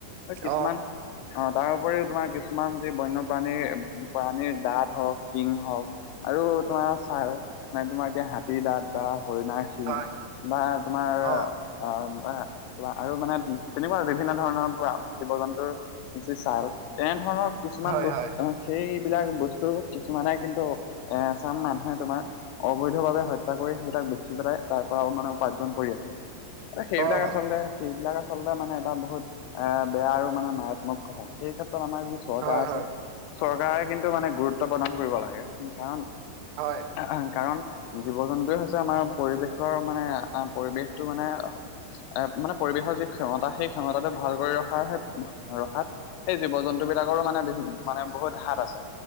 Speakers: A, on the left; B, on the right.
A: আৰু
B: অ',
A: কিছুমান অ', তাৰ উপৰিও তোমাৰ কিছুমান যি বন্যপ্ৰাণীৰ প্ৰাণীৰ দাঁত হওক, সিং হওক আৰু তোমাৰ ছাৰ মানে, তোমাৰ এতিয়া হাতী দাঁত বা হৰিণাৰ সিং
B: হয়।
A: বা তোমাৰ
B: অ',
A: অ', <unintelligible> আৰু মানে তেনেকুৱা বিভিন্ন ধৰণৰ <unintelligible> জীৱ-জন্তুৰ যি ছাল, তেনে ধৰণৰ কিছুমান
B: হয়,
A: বস্তু
B: হয়,
A: সেইবিলাক বস্তু কিছুমানে কিন্তু এচাম মানুহে তোমাৰ অবৈধভাৱ বাবে হত্যা কৰি, সেইবিলাক বেচি পেলাই, তাৰ পৰা মানে উপাৰ্জন কৰি আছে। সেইবিলাক
B: অ',
A: আচলতে সেইবিলাক আচলতে মানে এটা বহুত এ বেয়া আৰু মানে মাৰাত্মক কথা। সেই ক্ষেত্ৰত আমাৰ যি চৰকাৰ
B: হয়,
A: আছে,
B: হয়,
A: চৰকাৰে কিন্তু মানে গুৰুত্ব প্ৰদান কৰিব লাগে, কাৰণ
B: হয়।
A: আহ', কাৰণ জীৱ-জন্তুৱে হৈছে আমাৰ পৰিৱেশৰ মানে, পৰিৱেশটো মানে এ, মানে পৰিৱেশৰ যি ক্ষমতা, সেই ক্ষমতাটো ভাল কৰি ৰখাৰে ৰখাত সেই জীৱ-জন্তু বিলাকৰো মানে <unintelligible> মানে বহুত হাত আছে।